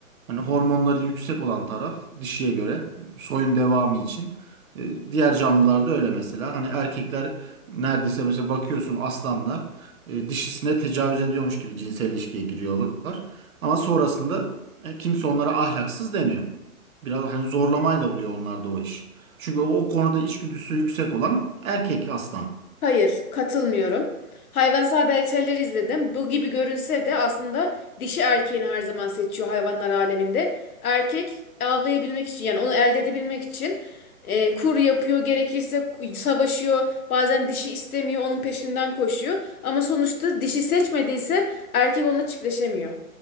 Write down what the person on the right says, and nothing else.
hani hormonları yüksek olan taraf dişiye göre soyun devamı için. E, Diğer canlılarda öyle mesela. Hani erkekler neredeyse mesela bakıyorsun aslanlar e, dişisine tecavüz ediyormuş gibi cinsel ilişkiye giriyorlar. Ama sonrasında e, kimse onlara ahlaksız demiyor. Biraz hani zorlamayla oluyor onlarda o iş. Çünkü o, o konuda içgüdüsü yüksek olan erkek aslan.